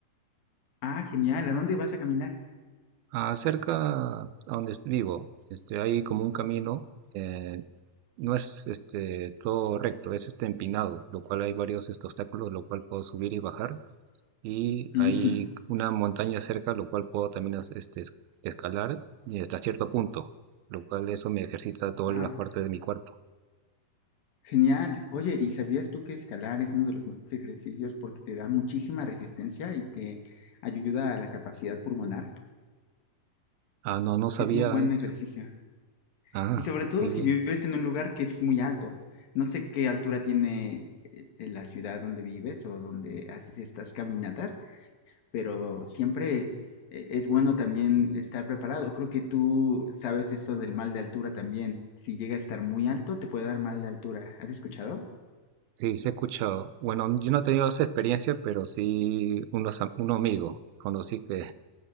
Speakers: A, on the left (about 70°); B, on the right (about 85°).
A: Ah, genial. ¿A dónde vas a caminar?
B: Ah, cerca a donde vivo, este, hay como un camino, eh, no es este, todo recto, es este empinado, lo cual hay varios este, obstáculos, lo cual puedo subir y bajar y
A: Mm,
B: hay una montaña cerca, lo cual puedo también as- este, es- escalar y hasta cierto punto, lo cual eso me ejercita todas
A: wow.
B: las partes de mi cuerpo.
A: Genial. Oye, ¿y sabías tú que escalar es uno de los mejores ejercicios porque te da muchísima resistencia y te ayuda a la capacidad pulmonar?
B: Ah, no, no sabía
A: Es muy buen
B: eso.
A: ejercicio.
B: Ah,
A: Y sobre todo
B: qué
A: si
B: bien.
A: vives en un lugar que es muy alto. No sé qué altura tiene eh, eh, la ciudad donde vives o donde haces estas caminatas, pero siempre eh, es bueno también estar preparado. Creo que tú sabes eso del mal de altura también. Si llega a estar muy alto, te puede dar mal de altura. ¿Has escuchado?
B: Sí, sí he escuchado. Bueno, yo no he tenido esa experiencia, pero sí unos, am- un amigo conocí que